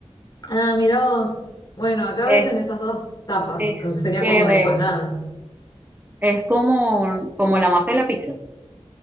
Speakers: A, on the left (about 40°); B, on the right (about 15°).
A: Ah, mirá vos, bueno, acá
B: Es,
A: venden esas dos tapas,
B: es
A: que sería
B: que
A: como de
B: de,
A: empanadas.
B: es como, como la masa de la pizza.